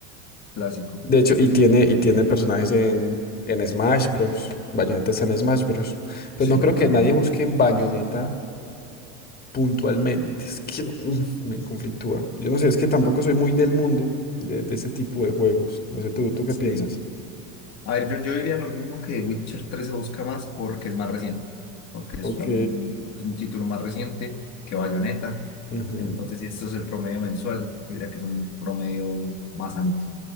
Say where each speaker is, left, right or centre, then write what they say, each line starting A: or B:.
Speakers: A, on the left (about 40°); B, on the left (about 20°).
A: clásico.
B: De hecho, y tiene, y tiene personajes en, en Smash Bros. Bayonetta está en Smash Bros. Pero
A: Sí,
B: no creo que
A: no,
B: nadie
A: verdad.
B: busque en Bayonetta puntualmente. Es que no- <sniffs> me conflictúa. Yo no sé, es que tampoco soy muy del mundo de, de ese tipo de juegos. No sé, ¿tú, tú qué
A: Sí.
B: piensas?
A: A ver, yo, yo diría lo mismo que Witcher tres se busca más porque es más reciente, porque es
B: Ok.
A: algún- es un, título más reciente que Bayonetta.
B: ujú,
A: Entonces, si esto es el promedio mensual, diría que es un promedio más alto.